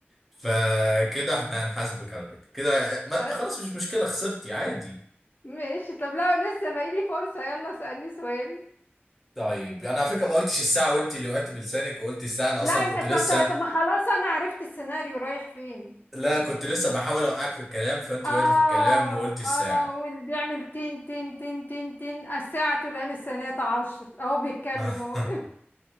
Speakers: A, in the centre; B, on the left.
A: فكده احنا هنحاسبك على فكره كده ما-
B: طيب،
A: خلاص مش مشكله خسرتي عادي
B: ماشي طب لا لسه باقيلي فرصه يلا اسالني سؤال
A: طيب انا على فكره ما قلتش الساعه وانت اللي وقعتي بلسانك وقلت الساعه انا
B: لا
A: اصلا
B: انت
A: كنت
B: كنت
A: لسه
B: طب ما خلاص انا عرفت السيناريو رايح فين
A: لا كنت لسه بحاول اوقعك في الكلام فانت
B: اه
A: وقعتي في الكلام
B: اه
A: وقلت الساعه
B: واللي بيعمل تين تين تين تين تين الساعه تلان السنه عشر اهو بيتكلم
A: <laughs>
B: اهو